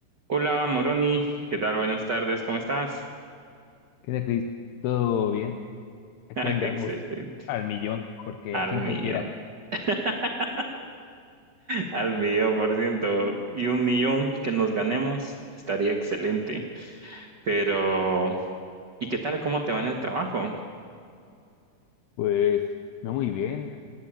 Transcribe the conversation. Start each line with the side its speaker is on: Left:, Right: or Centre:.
Right: Hola Moroni, ¿qué tal? Buenas tardes, ¿cómo estás? <laughs>
Left: ¿Qué tal, Cris? ¿Todo bien? Aquí
Right: Ah,
Left: andamos
Right: qué excelente.
Left: al millón, porque
Right: Al
Left: al 100
Right: millón,
Left: cualquiera.
Right: <laughs> al millón por ciento. Y un millón que nos ganemos estaría excelente. Pero, ¿y qué tal? ¿Cómo te va en el trabajo?
Left: Pues no muy bien.